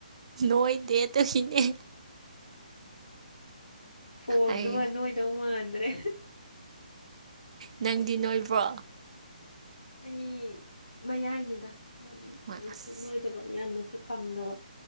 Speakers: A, on the right; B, on the left.
A: ꯅꯣꯏ ꯗꯦ ꯑꯗꯨꯒꯤꯅꯦ
B: ꯈꯣꯟꯗꯨꯒ
A: ꯑꯩ
B: ꯅꯣꯏꯗꯧ ꯃꯥꯟꯗ꯭ꯔꯦ
A: ꯅꯪꯗꯤ ꯅꯣꯏꯕ꯭ꯔꯣ
B: ꯑꯩ ꯃꯌꯥꯏꯅꯤꯗ ꯌꯥꯝꯅꯁꯨ
A: ꯍꯣꯏ ꯑꯁ
B: ꯅꯣꯏꯗꯕ ꯌꯥꯝꯅꯁꯨ ꯀꯪꯗꯕ